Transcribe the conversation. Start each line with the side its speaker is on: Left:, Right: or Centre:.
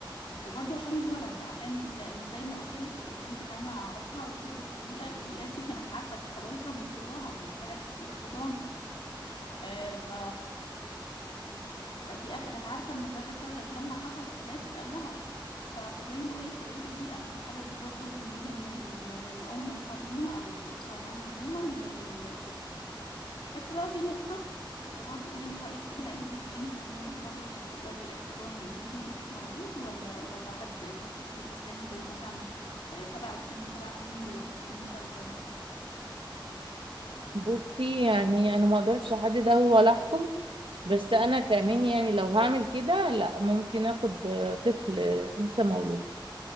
Left: وبرضه عشان الولد عشان لان زي ما قلت لك البنت اللي انا اعرفها كبرت في بيئه البيئه دي كانت عارفه حضارتها من صغرها من ساعه الاحتضان آه، ف فالبيئة كانت عارفة انه كذا كذا ولما حصل خلاف اتقال لها ف- فزي ما بقولك تغيير البيئة في الحالة دي برضو مهم لل- للأم الحاضنة أو للأسرة يعني عموما وللطفل بس بقى في نقطة برضو قولي لي رأيك فيها انتي انتي من وجهة نظرك بتفضلي احتضان بيبي لسه مولود ولا ولا حد طفل كبير في السن زي مثلا آه، سبع سن سبع سنين زي قصة المسلسل
Right: بصي يعني انا ما اقدرش احدد قوي ولا احكم بس انا كمان يعني لو هعمل كده لا ممكن اخد طفل لسه مولود